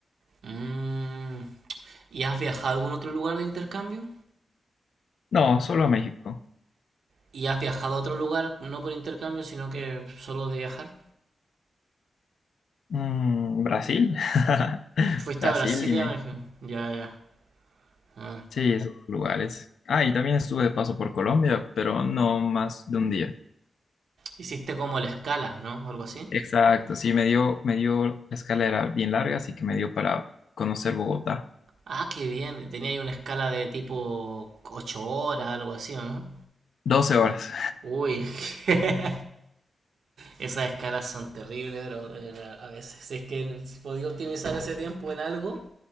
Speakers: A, on the right; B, on the left.
A: Mm. ¿Y has viajado a algún otro lugar de intercambio?
B: No, solo México.
A: ¿Y has viajado a otro lugar, no por intercambio, sino que solo de viajar?
B: Mm, Brasil. <laughs>
A: ¿Fuiste
B: Brasil
A: a Brasilia,
B: y México.
A: México? Ya, ya. Ah.
B: Sí, esos lugares. Ah, y también estuve de paso por Colombia, pero no más de un día.
A: Hiciste como la escala, ¿no? O Algo así.
B: Exacto, sí, me dio, me dio escalera bien larga, así que me dio para conocer Bogotá.
A: Ah, qué bien. Tenía ahí una escala de tipo 8 horas, algo así, ¿o no?
B: Doce horas.
A: Uy, <laughs> esas escalas son terribles, bro. A veces, si es que podía optimizar ese tiempo en algo,